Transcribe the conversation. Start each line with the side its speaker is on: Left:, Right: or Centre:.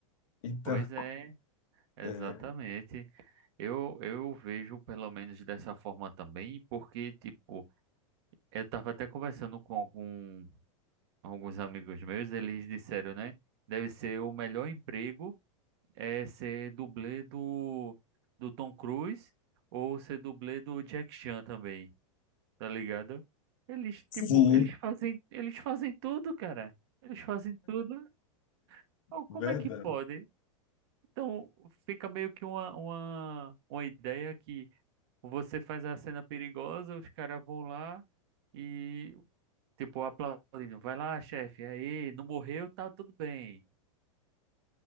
Left: Então,
Right: Pois é, exatamente.
Left: é,
Right: Eu, eu vejo pelo menos dessa forma também, porque, tipo, eu tava até conversando com algum- alguns amigos meus, eles disseram, né? Deve ser o melhor emprego é ser dublê do, do Tom Cruise ou ser dublê do Jack Chan também, tá ligado? Eles,
Left: sim,
Right: tipo, eles fazem, eles fazem tudo, cara. Eles fazem tudo. Oh, como
Left: verdade.
Right: é que pode? Então, fica meio que uma, uma, uma ideia que você faz a cena perigosa, os caras vão lá e, tipo, aplaudindo. Vai lá, chefe, aí, não morreu, tá tudo bem.